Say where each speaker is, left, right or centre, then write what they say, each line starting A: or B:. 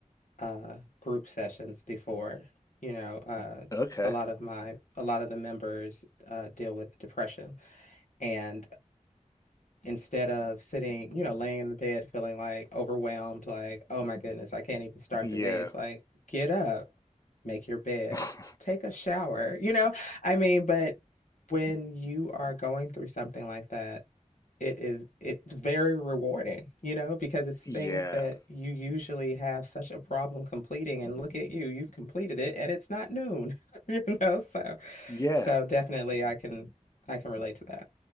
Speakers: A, on the left; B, on the left.
A: uh, group sessions before. You know, uh,
B: Okay.
A: a lot of my a lot of the members uh, deal with depression, and instead of sitting, you know, laying in the bed feeling like overwhelmed, like, oh my goodness, I can't even start
B: Yeah.
A: the day. It's like, get up, make your bed,
B: <laughs>
A: take a shower, you know? I mean, but when you are going through something like that, it is it's very rewarding, you know, because it's things
B: Yeah.
A: that you usually have such a problem completing and look at you, you've completed it and it's not noon, <laughs> you know? So
B: Yeah.
A: so definitely I can I can relate to that.